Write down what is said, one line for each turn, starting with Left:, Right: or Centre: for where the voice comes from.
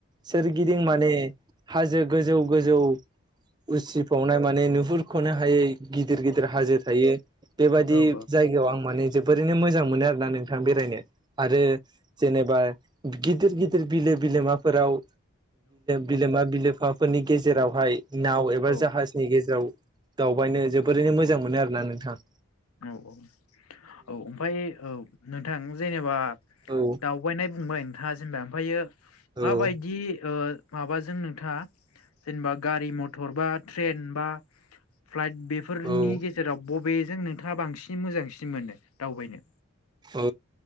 Right: सोरगिदिं माने हाजो गोजौ गोजौ उसिफावनाय माने नुहुरख'नो हायै गिदिर गिदिर हाजो थायो बेबायदि
Left: औ
Right: जायगायाव आं माने जोबोरैनो मोजां मोनो आरो ना नोंथां बेरायनो आरो एबा गिदिर गिदिर बिलो बिलोमाफोराव बिलोमा बिलो हाबाफोरनि गेजेरावहाय नाव एबा
Left: औ
Right: जाहाजनि गेजेराव दावबायनो जोबोरैनो मोजां मोनो आरोना नोंथाङा
Left: औ औ औ। ओमफ्राय औ नोंथां जेनेबा
Right: औ
Left: दाउ आगायनाय बुंबाय नोंथाङा जेनेबा ओमफ्रायो
Right: औ
Left: माबायदि ओ माबाजों नोंथाङा जेनेबा गारि मथर बा ट्रेन बा फ्लाइट बेफोरनि
Right: औ
Left: गेजेराव बबेजों नोंथाङा बांसिन मोजांसिन मोनो दावबायनो
Right: औ